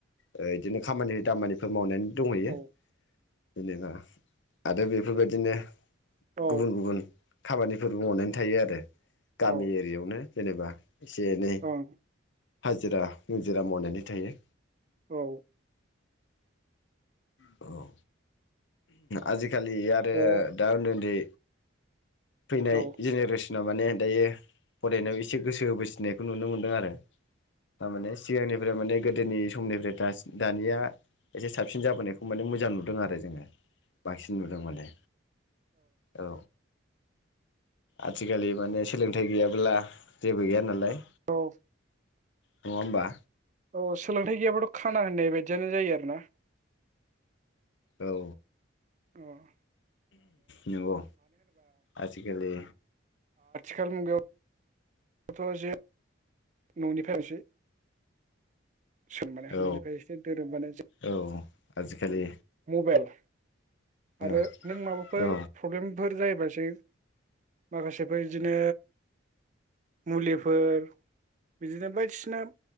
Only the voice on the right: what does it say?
औ
औ
औ
ओं
औ
औ
औ
औ
औ सोलोंथाइ गैयाबथ खाना होननाय बाय दियानो जायो आरोना
अह
थिखाल मुगायाव बोथ जे न'नि थाखायसो सोंबानो
न'निफ्राय एसे दोरोदबानो जो
बेल आरो
नों माबाफोर
प्रब्लेमफोर जायो बासो माखासेफोर बिदिनो मुलिफोर बिदिनो बायदिसिना